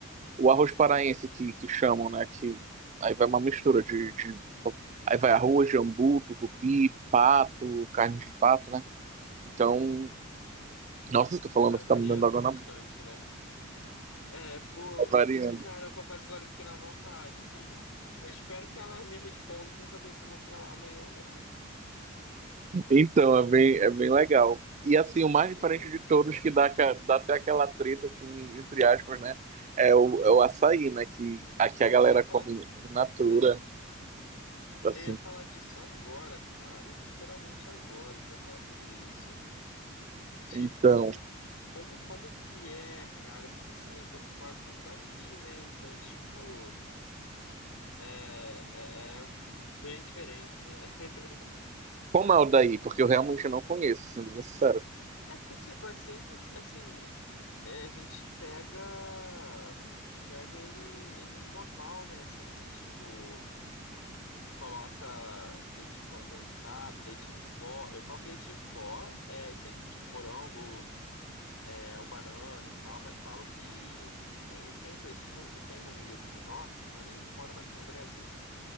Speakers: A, on the right; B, on the left.
A: O arroz paraense que, que chamam, né? Que aí vai uma mistura de, de- Aí vai arroz, jambu, tucupi, pato, carne de pato, né? Então, nossa, estou falando,
B: Vai
A: você
B: variando
A: tá me dando água
B: bastante,
A: na boca,
B: né? É, pô,
A: vai variando.
B: cara, eu confesso que agora eu fiquei na vontade, assim. Eu espero que ela me responda pra eu saber se eu vou pra lá amanhã ou não,
A: Então, é bem, é bem legal. E assim,
B: <laughs> porque
A: o mais diferente
B: é diferente,
A: de todos, que dá,
B: né?
A: ca- dá até aquela treta, assim, entre aspas, né? É o, é o açaí, né? Que aqui
B: Nossa,
A: a galera
B: eu ia
A: come
B: falar.
A: in
B: Pois
A: natura,
B: é,
A: assim.
B: eu ia falar disso agora, cara. Literalmente agora que eu ia falar sobre isso. Tipo,
A: Então,
B: como, como que é, cara? Porque assim, eu tô acostumado com o daqui, né? Então, tipo, é, é, é bem diferente, né? <laughs>
A: como é o daí? Porque eu realmente não conheço, sendo bem sincero.
B: É porque, tipo, assim, assim, é, a gente pega, pega ele, ele normal, né? Assim, tipo, coloca leite condensado, leite em pó. Eu coloco leite em pó, é sempre tipo morango, é o banana e tal, mas falo que quem, quem eu conheço, tinha uma, eu tenho uma amiga aqui do norte, só que ela nem mora mais aqui no Brasil.